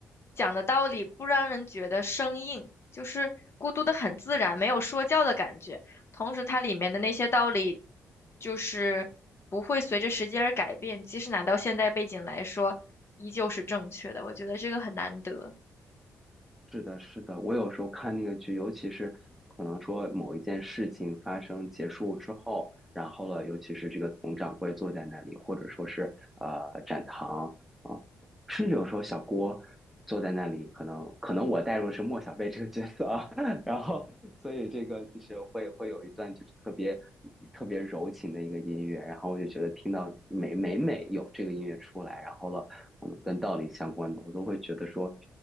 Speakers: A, on the left; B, in the centre.
A: 讲的道理不让人觉得生硬，就是孤独的很自然，没有说教的感觉。同时，它里面的那些道理就是不会随着时间而改变，即使拿到现代背景来说，依旧是正确的。我觉得这个很难得。
B: 是的，是的，我有时候看那个剧，尤其是可能说某一件事情发生结束之后，然后了，尤其是这个佟掌柜坐在那里，或者说是呃展堂啊、甚至有时候小郭坐在那里，可能可能我带入的是莫小贝这个角色啊，<laughs> 然后所以这个就是会会有一段就是特别特别柔情的一个音乐，然后我就觉得听到每每每有这个音乐出来，然后了可能跟道理相关的，我都会觉得说。